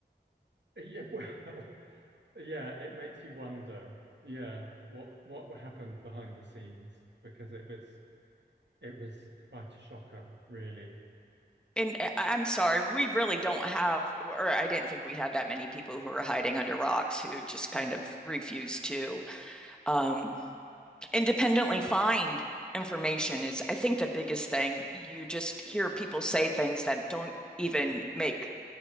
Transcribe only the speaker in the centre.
And eh, I- I'm sorry, we really don't have, or I didn't think we had that many people who are hiding under rocks who just kind of refuse to um, independently find information is, I think, the biggest thing. You just hear people say things that don't even make